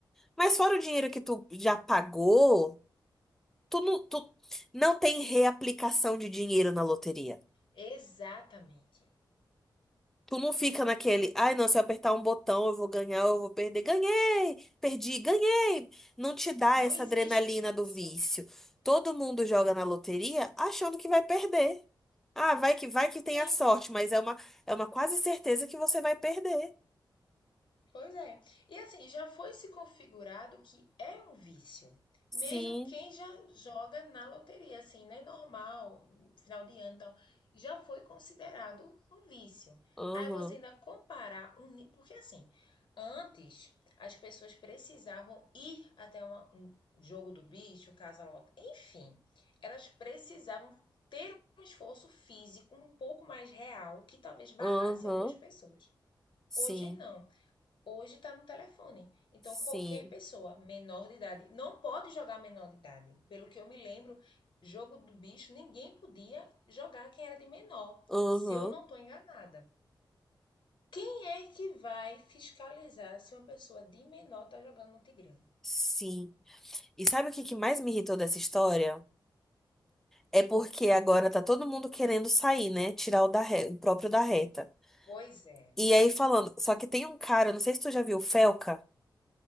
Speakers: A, in the centre; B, on the left (about 70°).
A: Mas fora o dinheiro que tu já pagou, tu não, tu não tem reaplicação de dinheiro na loteria.
B: Exatamente.
A: Tu não fica naquele, ai, não, se eu apertar um botão eu vou ganhar, eu vou perder. Ganhei, perdi, ganhei. Não te dá
B: Não
A: essa
B: existe
A: adrenalina do
B: isso.
A: vício. Todo mundo joga na loteria achando que vai perder. Ah, vai que vai que tem
B: Sim.
A: a sorte, mas é uma, é uma quase certeza que você vai perder.
B: Pois é. E assim, já foi se configurado que é um vício.
A: Sim,
B: Mesmo quem já joga na loteria, assim, né? Normal, final de ano e tal, já foi considerado um vício.
A: aham,
B: Aí você ainda comparar um. ni- Porque assim, antes as pessoas precisavam ir até uma- um jogo do bicho, casa-lote, enfim, elas precisavam ter um esforço físico um pouco mais real que talvez barrasse
A: aham,
B: algumas pessoas.
A: sim,
B: Hoje não hoje está no telefone. Então,
A: sim,
B: qualquer pessoa menor de idade não pode jogar menor de idade. Pelo que eu me lembro, jogo do bicho, ninguém podia jogar quem era de menor,
A: aham,
B: se eu não estou enganada. Quem é que vai fiscalizar se uma pessoa de menor está jogando no Tigrinho?
A: sim. E sabe o que que mais me irritou dessa história? É porque agora tá todo mundo querendo sair, né? Tirar o da re- o próprio da reta.
B: Pois é.
A: E aí falando, só que tem um cara, não sei se tu já viu, o Felca.